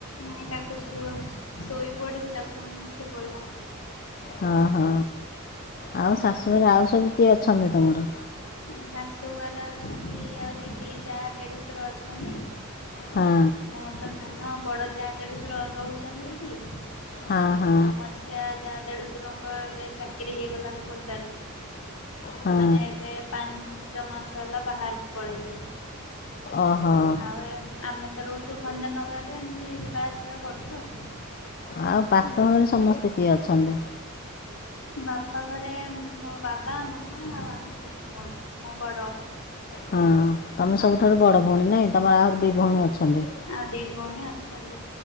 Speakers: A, on the left; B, on the left.
A: ନାଇଁ ତାକୁ ଶୁଆଉଛି, ଶୋଇ ପଡିଥିଲା ପୁଣି ଉଠି ପଡିଲା।
B: ହଁ ହଁ ଆଉ ଶାଶୁ ଘରେ ଆଉ ସବୁ କିଏ ଅଛନ୍ତି ତୁମର?
A: ଶାଶୁ ଘରେ ଅଛନ୍ତି ଆହୁରି ଦି ଯା ଦେଢଶର ଅଛନ୍ତି।
B: ହଁ
A: ମୁଁ ତ ସାନ ବଡ ଯାହା ଦେଢସୁର ରହୁଛନ୍ତି ଏଇଠି।
B: ହଁ ହଁ।
A: ମଝିଆ ଯା ଦେଢ଼ସୁର ଙ୍କ ଏବେ ଚାକିରି ହେଇଗଲା ଖୋର୍ଦ୍ଧାରେ। ସେମାନେ
B: ହଁ
A: ଏବେ ପାଞ୍ଚ ମାସ ହେଲା ବାହାରକୁ ପଳେଇଲେ
B: ଓହୋ
A: ଆଉ ଆମେ ମେତ ରହୁଛୁ ଭଞ୍ଜନଗରରେ ଏମିତି ଯିବା ଆସିବା କରୁଛୁ ଆଉ।
B: ଆଉ ବାପ ଘରେ ସମସ୍ତେ କିଏ ଅଛନ୍ତି?
A: ବାପା ଘରେ ମୋ ବାବା ମାମା ଆଉ ଆମେ ତିନି ଭଉଣୀ। ମୁଁ ବଡ
B: ହଁ ତମେ ସବୁଠାରୁ ବଡ଼ ଭଉଣୀ ନାଇଁ ତମର ଆହୁରି ଦି ଭଉଣୀ ଅଛନ୍ତି।
A: ଆଉ ଦି ଭଉଣୀ ଅଛନ୍ତି।